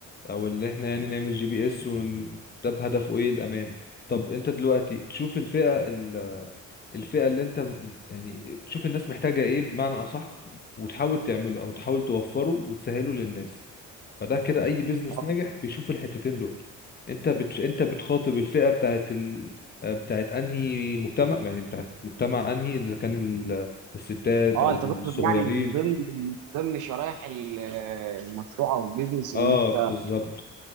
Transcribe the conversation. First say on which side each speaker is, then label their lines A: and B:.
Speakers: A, on the left (about 30°); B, on the right (about 85°).
A: أو اللي إحنا يعني نعمل جي بي إس ون- ده بهدفه إيه الأمان طب أنت دلوقتي تشوف الفئة ال- الفئة اللي أنت م- يعني تشوف الناس محتاجة إيه بمعنى أصح وتحاول تعمله أو تحاول توفره وتسهله للناس فده كده اي بيزنس
B: اه
A: ناجح بيشوف الحتتين دول انت بت... انت بتخاطب الفئه بتاعت ال... بتاعت انهي مجتمع يعني بتاعت مجتمع انهي اذا كان ال... الستات
B: اه
A: او
B: انت
A: الصغيرين
B: تقصد يعني من ضمن من ضمن شرائح ال- المشروع او البيزنس
A: اه
B: ان انت
A: بالظبط